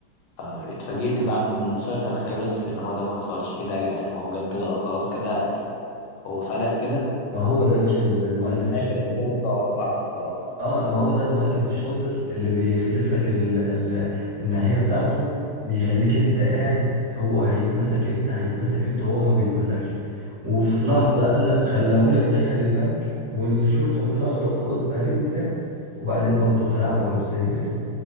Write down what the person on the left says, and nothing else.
آه، اتفاجئت بعد ما المسلسل خلص ان هو ده ما حصلش ايه ده يا جدعان هو بجد خلاص كده يعني هو فلت كده
هي كانت غير متوقعة الصراحة
بالظبط